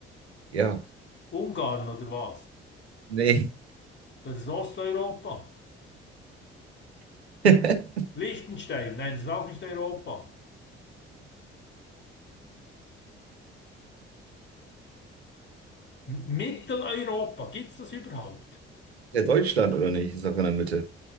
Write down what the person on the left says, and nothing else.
Ungarn oder was?
Das ist Osteuropa.
Liechtenstein? Nein, das ist auch nicht Europa. M Mitteleuropa? gibt es das überhaupt?